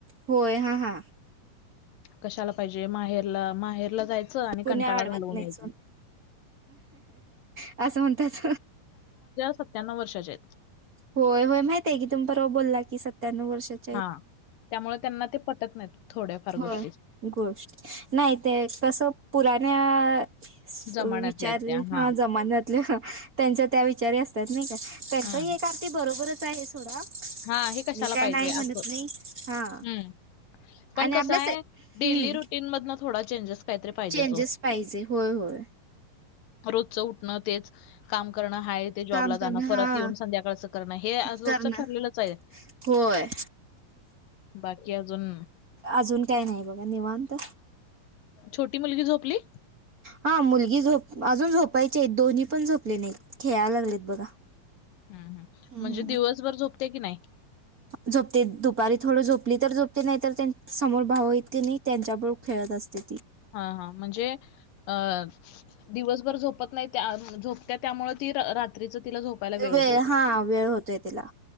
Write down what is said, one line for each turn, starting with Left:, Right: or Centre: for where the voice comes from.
Right: होय हा हा.
Left: कशाला पाहिजे माहेरला माहेरला जायचं आणि
Right: कुणी
Left: कंटाळा
Right: अडवत
Left: घालवून
Right: नाही
Left: यायचं
Right: सोड असं म्हणतात
Left: सत्यानण्णव, वर्षाच्या आहेत
Right: होय होय माहितीय की तुम्ही, परवा बोलला की सत्याण्णव वर्षात
Left: हा त्यामुळे त्यांना ते पटत नाहीत थोड्याफार
Right: होय
Left: गोष्टी
Right: गोष्ट नाही ते कसं पुराण्या
Left: जमान्यातल्या
Right: विचार
Left: आहेत त्या.
Right: हा
Left: हां.
Right: जमान्यात त्यां त्यांच्या, विचारी असतात नाही का त्यांचं
Left: हं.
Right: हे अगदी, बरोबरच आहे थोडा
Left: हां, हे कशाला
Right: मी काय
Left: पाहिजे
Right: नाही म्हणत
Left: असं.
Right: नाही हा
Left: हं. पण
Right: आणि
Left: कसं
Right: आपल्यास
Left: आहे
Right: हम्म
Left: डेली रुटीन मधनं थोडा चेंजेस काहीतरी पाहिजे
Right: चेंजेस
Left: तो
Right: पाहिजे होय होय
Left: रोजचं उठणं तेच काम करणं हा ते जॉबला
Right: काम
Left: जाणं
Right: करण हा
Left: परत येऊन संध्याकाळचं करणं हे रोजच
Right: करणं
Left: ठरलेलं आहेत,,
Right: होय
Left: बाकी अजून
Right: अजून काय नाही बघा निवांत
Left: छोटी मुलगी झोपली
Right: हा मुलगी झोप अजून झोपायचे आहेत दोन्ही पण झोपले नाही खेळायला लागलेत बघा
Left: हम् हम्
Right: हम्म
Left: म्हणजे दिवसभर झोपते कि नाही
Right: झोपते दुपारी थोडं झोपली तर झोपते नाही तर त्यां समोर भाव तेनी की नाही त्यांच्याबबर खेळत असते ती
Left: हा हा म्हणजे अ दिवसभर झोपत नाही त्या झोपत्या त्यामुळे ती रात्रीचं तिला झोपायला
Right: वेळ
Left: होतोय का?
Right: हा वेळ होतोय तिला